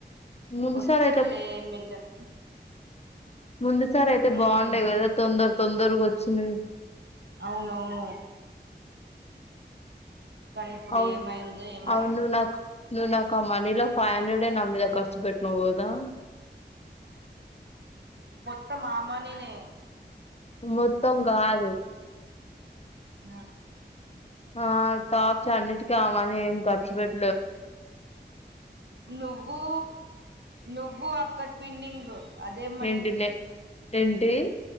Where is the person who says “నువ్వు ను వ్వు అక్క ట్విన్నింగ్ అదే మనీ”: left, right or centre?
Right